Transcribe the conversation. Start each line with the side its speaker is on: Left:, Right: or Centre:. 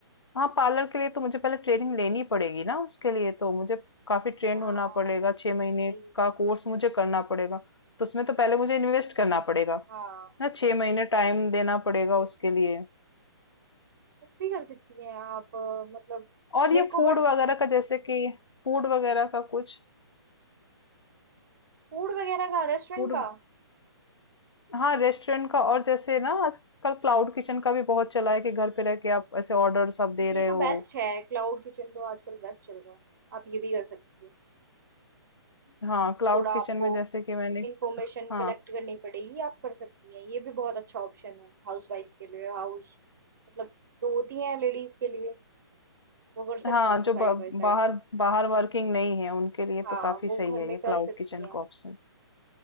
Left: हाँ पार्लर के लिए तो मुझे पहले ट्रेनिंग लेनी पड़ेगी ना उसके लिए तो मुझे काफी ट्रेन
Right: हाँ
Left: होना पड़ेगा छह महीने
Right: वही
Left: का कोर्स मुझे करना पड़ेगा तो उसमें तो पहले मुझे इन्वेस्ट करना पड़ेगा
Right: हाँ
Left: ना छह महीने टाइम देना पड़ेगा उसके लिए
Right: कुछ भी कर सकती हैं आप अ, मतलब
Left: और
Right: मेरे
Left: ये
Right: को
Left: फूड
Right: बट
Left: वगैरह का जैसे कि फूड वगैरह का कुछ
Right: फूड वगैरह का रेस्टोरेंट
Left: फूड
Right: का
Left: हाँ रेस्टोरेंट का और जैसे ना आजकल क्लाउड किचन का भी बहुत चला है कि घर पे रह के आप ऐसे ऑर्डर सब दे
Right: ये
Left: रहे
Right: तो
Left: हो
Right: बेस्ट है क्लाउड किचन तो आजकल बेस्ट चल रहा है आप ये भी कर सकती हो
Left: हाँ क्लाउड
Right: थोड़ा आपको
Left: किचन में जैसे कि मैंने
Right: इंफॉर्मेशन
Left: हाँ
Right: कलेक्ट करनी पड़ेगी आप कर सकती हैं ये भी बहुत अच्छा ऑप्शन है हाउसवाइफ के लिए हाउस मतलब तो होती हैं लेडीज के लिए वो कर सकती
Left: हाँ
Right: हैं
Left: जो
Right: साइड
Left: ब-
Right: बाय साइड
Left: बाहर बाहर वर्किंग नहीं है उनके लिए
Right: हाँ
Left: तो काफी
Right: वो
Left: सही
Right: घर
Left: है
Right: में
Left: ये
Right: कर
Left: क्लाउड
Right: सकती
Left: किचन
Right: हैं
Left: का ऑप्शन